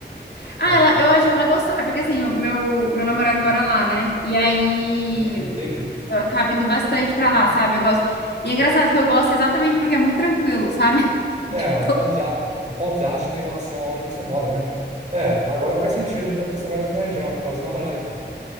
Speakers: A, on the right; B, on the left.
A: <laughs>
B: Ah,
A: basicamente.
B: ela, eu hoje ela gostou. É porque assim, o meu, meu namorado mora lá, né? E aí
A: Hum, entendi.
B: eu acabo indo bastante pra lá, sabe? Eu gosto. E é engraçado que eu gosto exatamente porque é muito tranquilo, sabe? <laughs>
A: É,
B: É tipo
A: um contra, um contraste, né, em relação a onde você mora, né? É, agora faz sentido porque você vai naquela região, é por causa do namorado, então.